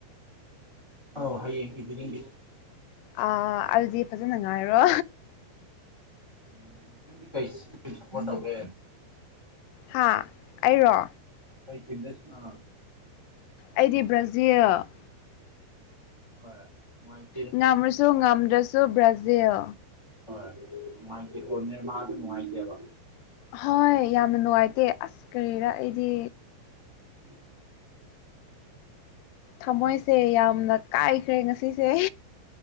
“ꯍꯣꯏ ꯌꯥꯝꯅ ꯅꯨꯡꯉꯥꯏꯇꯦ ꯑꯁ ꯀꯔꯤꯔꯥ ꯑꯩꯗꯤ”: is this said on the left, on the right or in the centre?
Left